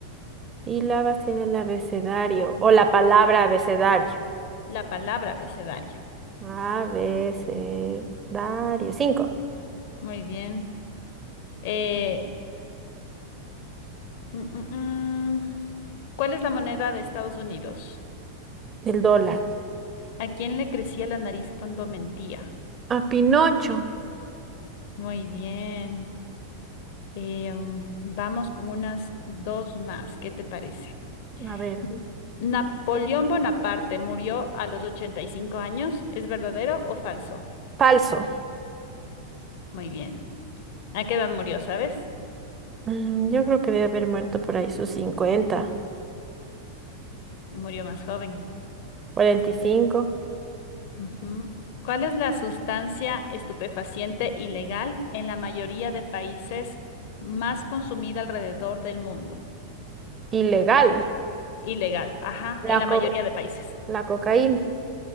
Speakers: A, on the right (about 20°); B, on the left (about 50°).
A: Sílabas en el abecedario o la palabra abecedario.
B: La palabra abecedario.
A: Abecedario. 5.
B: Muy bien. Eh, mm, mm, mm. ¿Cuál es la moneda de Estados Unidos?
A: del dólar.
B: ¿A quién le crecía la nariz cuando mentía?
A: A Pinocho.
B: Muy bien. Eh, mm, vamos con unas dos más. ¿Qué te parece?
A: A ver,
B: N- Napoleón Bonaparte murió a los 85 años. ¿Es verdadero o falso?
A: falso.
B: Muy bien. ¿A qué edad murió, sabes?
A: Mm, yo creo que debe haber muerto por ahí sus cincuenta
B: Murió más joven.
A: cuarenta y cinco
B: Ujú. ¿Cuál es la sustancia estupefaciente ilegal en la mayoría de países más consumida alrededor del mundo?
A: Ilegal.
B: Ilegal, ajá, en
A: La
B: la
A: co-
B: mayoría de países.
A: la cocaína.